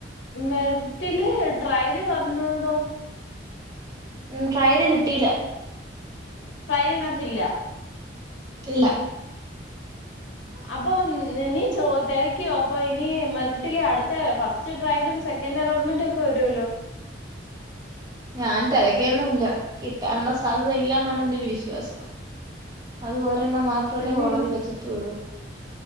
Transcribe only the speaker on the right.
ഉം ട്രയല് കിട്ടിയില്ല.
ഇല്ല
ഞാൻ തിരക്കിയൊന്നുമില്ല കിട്ടാനുള്ള സാധ്യത ഇല്ല എന്നാണ് എന്റൊരു വിശ്വാസം. അതും ഒരെണ്ണം മാത്രമല്ലേ
കോളേജിൽ വെച്ചിട്ടും ഉള്ളൂ.